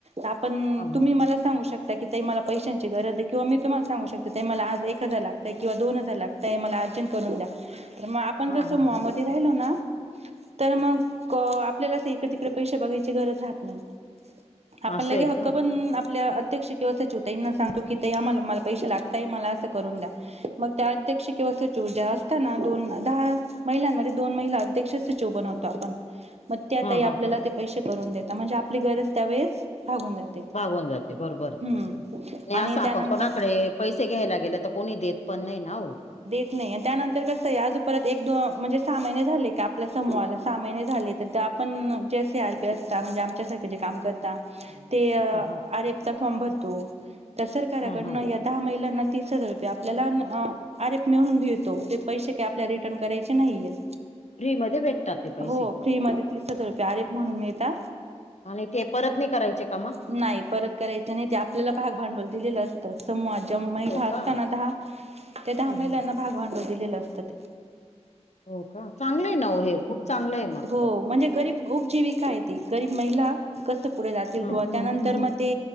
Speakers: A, on the right; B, on the left.
A: आपन,
B: हा हा
A: तुम्ही मला सांगू शकता, की ताई मला पैशांची गरज आहे, किंवा मी तुम्हाला सांगू शकता, ताई मला एक हजार लागतय, किंवा मला दोन हजार लागतय, मला अर्जंट करून द्या. तर म आप पण
B: हा
A: जर समूहामध्ये
B: हा हा
A: राहिलो ना तर मग आपल्याला इकडे तिकडे पैशे बघायची गरज राहत नाय. आपण
B: असं
A: लगे
B: आहे
A: हक्क
B: का
A: पण आपल्या अध्यक्ष किंवा सचिवताईंना सांगतो कि ताई आम्हाला मला पैशे लागताय मला असं करून द्या मग त्या अध्यक्ष किंवा सचिव ज्या असतना दोन दहा महिलांमध्ये दोन महिला अध्यक्ष सचिव बनवतो आपण. मग त्या
B: हा
A: ताई आपल्याला
B: हा हा
A: ते पैशे करून देता म्हणजे आपली गरज त्यावेळेस भागून जाते.
B: भागून जाते बरोबर, नाय
A: हम्म आणि
B: आपण
A: त्यानंतर
B: असं कोणाकडे पैसे घ्यायला गेल त कोणी देत पण नाय ना व.
A: नाय त्यानंतर कसं आय आज परत एक दोन म्हणजे सहा महिने झाले का आपल्या समूहाला सहा महिने झाले तर ते आपण जे सी आर पी असता म्हणजे आमच्यासारखे जे काम करता. ते आर
B: हा हा
A: एफ चा फॉर्म भरतो. त्या सरकाराकडनं
B: हा हा
A: या दहा महिलांना तीस हजार रुपये आपल्याला अन् अर एफ मिळून मिळतो ते पैशे काय आपल्याला रिटर्न करायचे नाहीयेत.
B: फ्री मध्ये भेटतात ते पैसे
A: हो फ्री मध्ये तीस हजार रुपये अर एफ म्हणून मिळता.
B: आणि ते परत नाय करायचे का म?
A: नाय परत करायचे नाय ते आपल्याला भाग भांडवल दिलेलं असतं समूहा ज्या महिला
B: हो
A: असता
B: का
A: ना दहा त्या
B: हम्म
A: दहा महिलांना
B: हम्म
A: भाग भांडवल दिलेलं असतं ते.
B: हो का चांगलं आय ना हे खूप चांगलं आय मग
A: हो
B: तर.
A: म्हणजे गरीब उपजीविका आय ते गरीब महिला कसं पुढे जातील
B: हम्म
A: बुवा त्यानंतर म ते